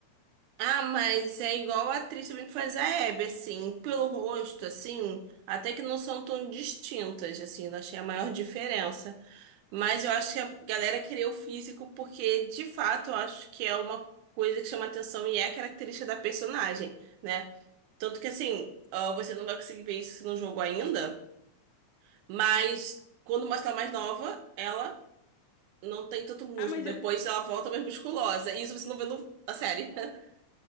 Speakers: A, on the right (about 90°); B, on the left (about 80°).
A: Ah, mas é igual a atriz também que faz a Hebe, assim, pelo rosto, assim, até que não são tão distintas, assim, não achei a maior diferença. Mas eu acho que a galera queria o físico porque, de fato, eu acho que é uma coisa que chama atenção e é característica da personagem, né? Tanto que, assim, ah, você não vai conseguir ver isso no jogo ainda, mas quando mostra ela mais nova, ela não tem tanto músculo,
B: Ah, mas,
A: depois
B: eu-
A: ela volta mais musculosa, e isso você não vê no- na série. <laughs>